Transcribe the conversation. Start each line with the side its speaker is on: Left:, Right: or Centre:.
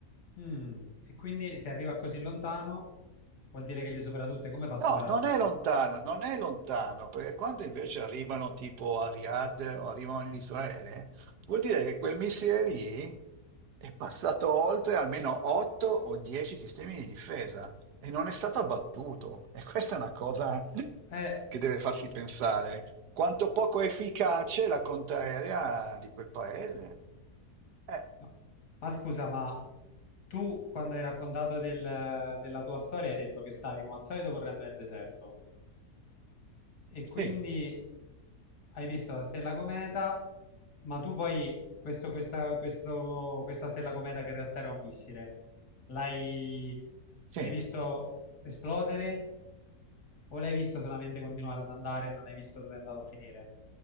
Left: Mm, E quindi se arriva così lontano vuol dire che le supera tutte. Come fa a superarle?
Right: No, non è lontano, non è lontano, perché quando invece arrivano tipo a Riyadh o arrivano in Israele, vuol dire che quel missile lì è passato oltre almeno 8 o 10 sistemi di difesa e non è stato abbattuto. E questa è una cosa
Left: Eh,
Right: che deve farci pensare. Quanto poco efficace è la contraerea di quel paese? Eh,
Left: ma, ma scusa, ma tu quando hai raccontato del- della tua storia hai detto che stavi come al solito correndo nel deserto e
Right: sì,
Left: quindi hai visto la stella cometa, ma tu poi questo- questa, questo- questa stella cometa che in realtà era un missile, l'hai
Right: sì.
Left: l'hai visto esplodere? O l'hai visto solamente continuare ad andare e non hai visto dove è andato a finire?